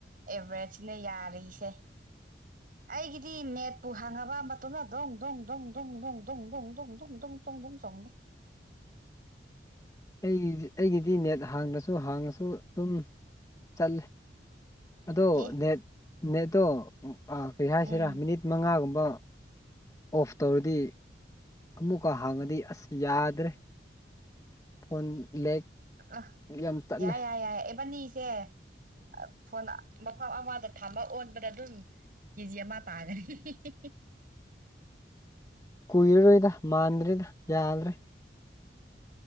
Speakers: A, on the right (about 50°); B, on the left (about 20°).
A: ꯑꯦꯚꯔꯦꯁꯅꯦ ꯌꯥꯔꯤꯁꯦ ꯑꯩꯒꯤꯗꯤ ꯅꯦꯠꯄꯨ ꯍꯥꯡꯉꯕ ꯃꯇꯣꯝꯇ ꯗꯣꯡ ꯗꯣꯡ ꯗꯣꯡ ꯗꯣꯡ ꯗꯣꯡ ꯗꯣꯡ ꯗꯣꯡ ꯗꯣꯡ ꯗꯣꯡ ꯗꯣꯡ ꯆꯣꯡꯉꯦ
B: ꯑꯩ ꯑꯩꯒꯤꯗꯤ ꯅꯦꯠ ꯍꯥꯡꯉꯁꯨ ꯍꯥꯡꯉꯁꯨ ꯑꯗꯨꯝ ꯆꯠꯂꯦ ꯑꯗꯣ
A: ꯑꯦ
B: ꯅꯦꯠ ꯅꯦꯠꯇꯣ ꯑ ꯀꯩ ꯍꯥꯏꯁꯤꯔꯥ
A: ꯎꯝ
B: ꯃꯤꯅꯤꯠ ꯃꯉꯥꯒꯨꯝꯕ ꯑꯣꯐ ꯇꯧꯔꯗꯤ ꯑꯃꯨꯛꯀ ꯍꯥꯡꯉꯗꯤ ꯑꯁ ꯌꯥꯗ꯭ꯔꯦ ꯐꯣꯟ ꯂꯦꯛ
A: ꯑ
B: ꯌꯥꯝ ꯇꯠꯂꯦ
A: ꯌꯥꯏ ꯌꯥꯏ ꯌꯥꯏꯏ ꯏꯕꯅꯤꯁꯦ ꯑ ꯐꯣꯟ ꯃꯐꯝ ꯑꯃꯗ ꯊꯝꯕ ꯑꯣꯟꯕꯗ ꯑꯗꯨꯝ ꯀꯦꯖꯤ ꯑꯃ ꯇꯥꯒꯅꯤ <unintelligible>
B: ꯀꯨꯏꯔꯔꯣꯏꯗ ꯃꯥꯟꯗ꯭ꯔꯔꯧꯗ ꯌꯥꯗ꯭ꯔꯦ